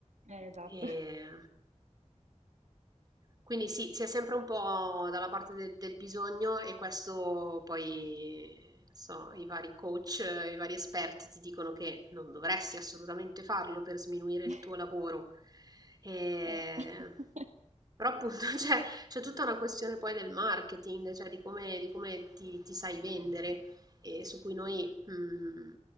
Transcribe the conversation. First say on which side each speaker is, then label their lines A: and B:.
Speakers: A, on the right (about 75°); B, on the right (about 30°).
A: eh esatto.
B: E quindi sì, si è sempre un po' dalla parte del, del bisogno e questo poi, non so, i vari coach, eh, i vari esperti ti dicono che non dovresti assolutamente farlo per sminuire
A: <laughs>
B: il tuo lavoro. E-
A: Eh. <laughs>
B: Però appunto <laughs> c'è c'è tutta una questione poi del marketing, cioè di come, di come ti, ti sai vendere e su cui noi, mm,